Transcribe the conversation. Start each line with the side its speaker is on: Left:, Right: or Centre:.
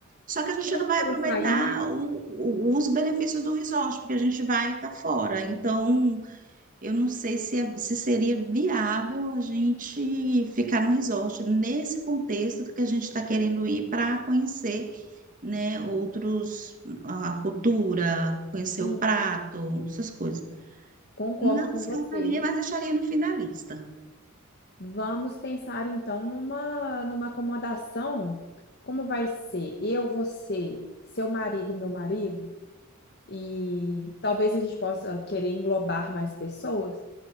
Right: só que a gente
Left: Não
Right: não
Left: vai
Right: vai
Left: querer
Right: aproveitar
Left: sair, né?
Right: o- o- os benefícios do resort, porque a gente vai estar fora. Então, eu não sei se, é- se seria viável a gente ficar num resort nesse contexto que a gente está querendo ir para conhecer, né, outros, a a cultura, conhecer
Left: Sim,
Right: o prato, essas coisas.
Left: concordo
Right: Não
Left: com
Right: descartaria,
Left: você.
Right: mas deixaria no fim da lista.
Left: Vamos pensar então numa, numa acomodação. Como vai ser? Eu, você, seu marido e meu marido, e talvez a gente possa querer englobar mais pessoas.